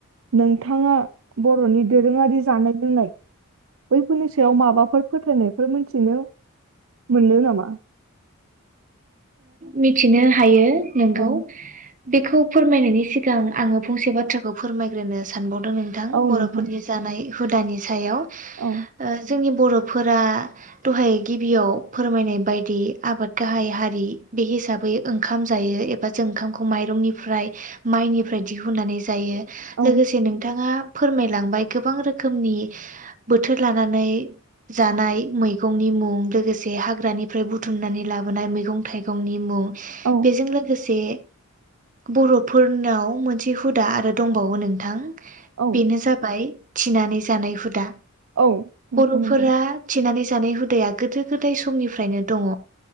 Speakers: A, on the right; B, on the right.
A: नोंथाङा बर'नि दोरोङारि जानाय लोंनाय बैफोरनि सायाव माबाफोर फोथायनायफोर मोनथिनो मोनो नामा
B: मिथिनो हायो नोंगौ
A: औ
B: बेखौ फोरमायनायनि सिगां आङो फंसे बाथ्राखौ फोरमायग्रोनो सानबावदों नोंथां
A: औ
B: बर'फोरनि
A: नोंथां
B: जानाय हुदानि सायाव
A: औ
B: ओ जोंनि बर'फोरा दहाय गिबियाव फोरमायनाय बायदि आबाद गाहाय हारि बे हिसाबै ओंखाम जायो एबा जों ओंखामखौ माइरंनिफ्राय माइनिफ्राय दिहुननानै जायो
A: औ
B: लोगोसे नोंथाङा फोरमायलांबाय गोबां रोखोमनि बोथोर लानानै जानाय मैगंनि मुं लोगोसे हाग्रानिफ्राय बुथुमनानै लाबोनाय मैगं थाइगं गावनि मुं
A: औ
B: बेजों लोगोसे बर'फोरनाव मोनसे हुदा आरो दंबावो नोंथां
A: औ
B: बेनो‌ जाबाय थिनानै जानाय हुदा
A: औ नोंथां
B: बर'फोरा
A: नंगौ
B: थिनानै जानाय हुदाया गोदो गोदाय समनिफ्रायनो दङ